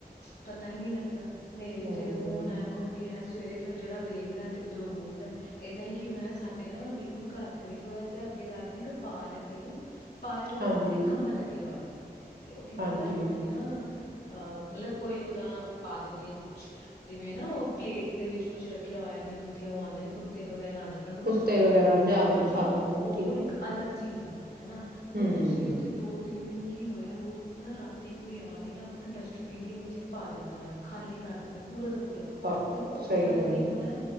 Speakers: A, on the left (about 75°); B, on the right (about 75°).
A: ਪਤਾ ਹੀ ਨਹੀਂ ਲੱਗਦਾ, ਨੇਰੇ
B: ਹੂੰ।
A: ਚ ਕੌਣ ਆਇਆ ਕੌਣ ਨਹੀ ਆਇਆ ਸਵੇਰੇ ਫੇਰ ਜਿਹੜਾ ਦੇਖਦਾ ਤੇ ਫਿਰ ਉਹ ਬੋਲਦਾ ਏਦਾਂ ਹੀ ਕੀ ਹੋਇਆ ਸਾਡੇ ਨਾ ਬਿਲਕੁਲ ਘਰ ਤੇ ਥੋੜਾ ਜਿਹਾ ਅੱਗੇ ਜਾ ਕੇ ਨਾ ਇੱਕ ਪਾਰਕ ਏ ਪਾਰਕ ਦੇ
B: ਹਾਂਜੀ,
A: ਬਾਹਰ ਨੇ ਖੰਭਾ ਲੱਗਿਆ ਹੋਇਆ। ਤੇ ਉਹ ਕੀ ਹੁੰਦਾ
B: ਹਾਂਜੀ,
A: ਆ ਉੱਥੇ ਨਾ ਹਾ ਮਤਲਬ ਕੋਈ ਦਾਂ ਪਾ ਦਿੰਦੇ ਆਾਂ ਕੁਛ ਜਿਵੇਂ ਨਾ ਉਹ ਪਲੇਟ ਦੇ ਵਿੱਚ ਕੁਛ ਰੱਖਿਆ ਹੋਇਆ ਜਿਵੇਂ ਉੱਥੇ ਉਹ ਆਉਂਦੇ ਨੇ ਕੁੱਤੇ ਵ ਵਗੈਰਾ ਆਉਂਦੇ ਨੇ ਉਹਨਾਂ ਨੂੰ
B: ਕੁੱਤੇ
A: ਕੁਛ ਖਾਣਾ
B: ਵਗੈਰਾ
A: ਪਾਉਣ ਲਈਏ
B: ਜਾਨਵਰ
A: ਚਲੋ
B: ਖਾ ਲੈਂਦੇ ਆ,
A: ਉਹ
B: ਠੀਕ
A: ਇੱਕ
B: ਹੈ,
A: ਅਲੱਗ ਚੀਜ਼ ਆ ਹਨਾ ਹੁਣ
B: ਹੂੰ।
A: ਤੁਸੀਂ ਉੱਥੇ ਦੋ ਤਿੰਨ ਦਿਨ ਕੀ ਹੋਇਆ ਰੋਜ਼ ਨਾ ਰਾਤੀ ਕੋਈ ਆ ਕੇ ਨਾ ਆਪਣਾ ਡਸਟਬਿਨ ਹੀ ਉੱਥੇ ਪਾ ਦਿੰਦਾ ਆ ਖਾਲੀ ਕਰ ਦਿੰਦਾ ਪੂਰਾ ਤਾਂ ਪੂਰਾ
B: ਖਾ
A: ਦੇਖੋ ਉਹਦੇ
B: ਸਹੀ
A: ਨਾਲ
B: ਗੱਲ
A: ਕੀ ਹੋਣਾ
B: ਹੈ,